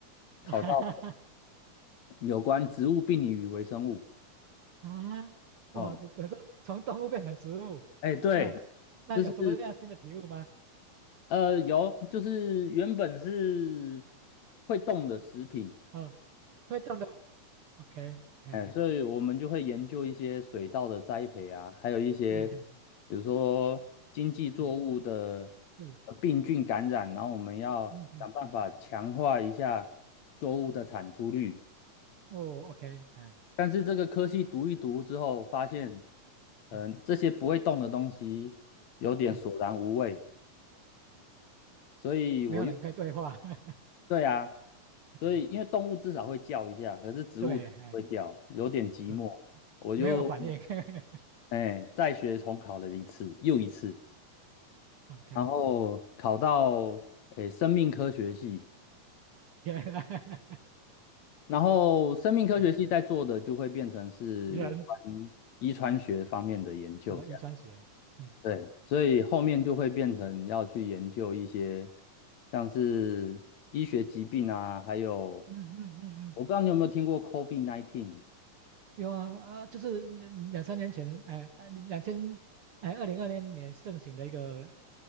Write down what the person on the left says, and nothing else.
考到
有关植物病理与微生物。
哦，哎，对，
就是呃，有，就是原本是会动的食品，
哎，嗯所以我们就会研究一些水稻的栽培啊，还有一些
比如说经济作物的
呃病菌感染，然后我们要想办法强化一下作物的产出率。
但是这个科系读一读之后，发现，嗯、
这些不会动的东西有点索然无味，
所以我又
对啊。所以因为动物至少会叫一下，
可是植物不会叫，
有点寂寞。
我就
哎再学重考了一次，又一次，
然后考到哎生命科学系，
然后生命科学系在做的就会变成是有关
遗传学方面的研究，
这样
对，所以后面就会变成要去研究一些像是医学疾病啊，
还有
我不知道你有没有听过 COVID-19。